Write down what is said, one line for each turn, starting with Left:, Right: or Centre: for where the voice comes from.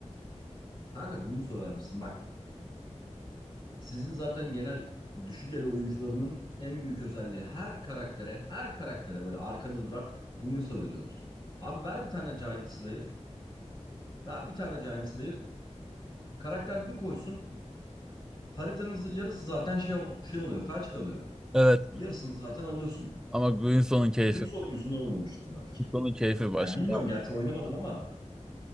Left: Kanka Guinsoo vermişsin. Bak sizin zaten genel düşük el oyuncularının en büyük özelliği her karaktere, her karaktere böyle arkada duran Guinsoo veriyorsunuz. Abi ver bir tane Giant Slayer, ver bir tane Giant Slayer. Karakter bir koysun Haritanız yarısı zaten şey ol- şey oluyor, felç kalıyor.
Centre: Evet.
Left: Yarısını zaten alıyorsun.
Centre: Ama Guinsoo'nun keyfi,
Left: Bu yıl so- yüzünden olmamıştır belki.
Centre: Guinsoo'nun keyfi başka.
Left: Ya bilmiyorum gerçi oynamadım ama